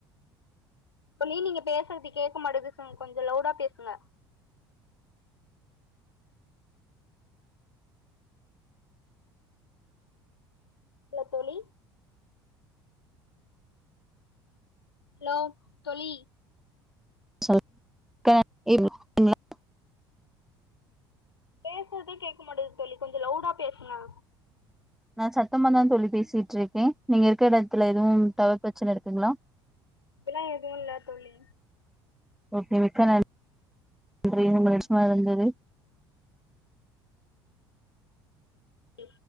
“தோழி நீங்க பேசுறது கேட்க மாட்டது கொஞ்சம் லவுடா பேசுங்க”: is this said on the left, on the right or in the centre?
Left